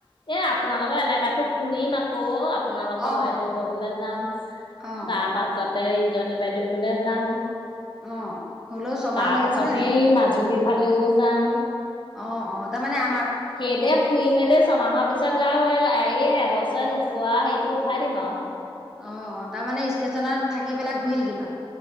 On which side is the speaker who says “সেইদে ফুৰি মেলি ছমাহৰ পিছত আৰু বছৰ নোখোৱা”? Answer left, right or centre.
Left